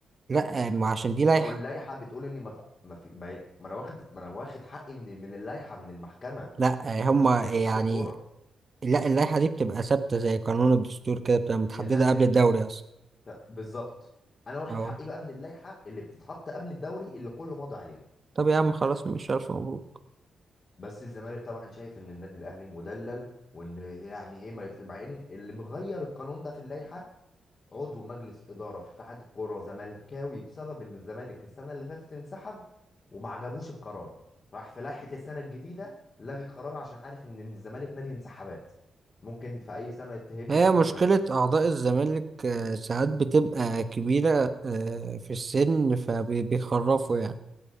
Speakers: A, on the right (about 45°); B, on the left (about 45°).
A: لا ما عشان دي لائحة
B: لو اللائحه بتقول اني ما تع- ما في ما, ما انا واخد ما انا واخد حقي من من اللائحه من المحكمه
A: لا
B: مش
A: هما
B: من
A: يعني
B: اتحاد الكوره
A: لا اللائحة دي بتبقى ثابتة زي قانون الدستور كده بتبقى متحددة
B: يا فندم
A: قبل الدوري اصلا
B: ت- بالظبط انا واخد
A: اهو
B: حقي بقى من اللائحه اللي بتتحط قبل الدوري اللي كله ماضي عليها
A: طب يا عم خلاص مش عارف مبروك
B: بس الزمالك طبعا شايف ان النادي الاهلي مدلل وان يعني ايه ما يط... مع ان اللي مغير القانون ده في اللائحه عضو مجلس إدارة في اتحاد الكرة زملكاوي بسبب إن الزمالك السنة اللي فاتت انسحب وما عجبوش القرار راح في لائحة السنة الجديدة لغي القرار عشان عارف إن الزمالك نادي انسحابات ممكن في أي سنة تهب
A: هي
B: في دماغه
A: مشكلة
B: ينسحب
A: أعضاء الزمالك آه، ساعات بتبقى كبيرة آه، في السن فبيخرفوا يعني